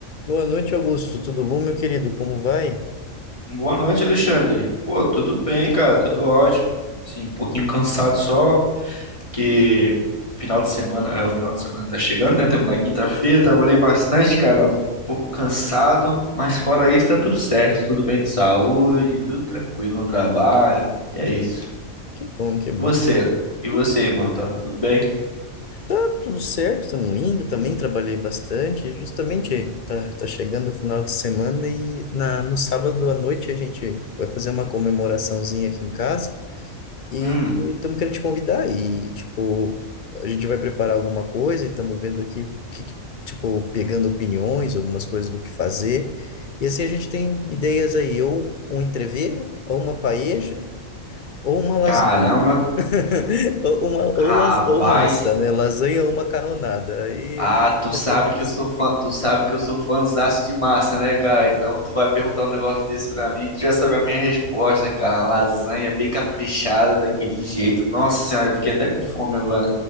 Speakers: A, on the left (about 50°); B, on the left (about 25°).
A: Boa noite, Augusto. Tudo bom, meu querido? Como vai?
B: Boa noite, Alexandre. Pô, tudo bem, cara, tudo ótimo. Sim, um pouquinho cansado só, porque final de semana, é, o final de semana tá chegando, né? Estamos na quinta-feira, trabalhei bastante, cara. Um pouco cansado, mas fora isso tá tudo certo, tudo bem de saúde, tudo tranquilo no trabalho. E é isso.
A: Que bom, que bom.
B: E você? E você,
A: Tu-
B: irmão, tá tudo bem?
A: Tá tudo certo, estamos indo. Também trabalhei bastante. Justamente, tá, tá chegando o final de semana e na, no sábado à noite a gente vai fazer uma comemoraçãozinha aqui em casa e
B: Hum,
A: estamos querendo te convidar. E, tipo, a gente vai preparar alguma coisa e estamos vendo aqui, que, que- tipo, pegando opiniões, algumas coisas do que fazer. E assim a gente tem ideias aí, ou um entrevero, ou uma paeja, ou uma lasanha.
B: caramba,
A: <laughs> Ou, uma,
B: rapaz,
A: ou, las- ou massa, né? Lasanha ou macarronada. Aí
B: Ah,
A: eu
B: tu sabe
A: tento
B: que
A: decidir.
B: eu sou fã, tu sabe que eu sou fãzaço de massa, né, cara? Então tu vai perguntar um negócio desse pra mim, tu já sabe a minha resposta, cara. Uma lasanha bem caprichada daquele jeito. Nossa senhora, eu fiquei até com fome agora.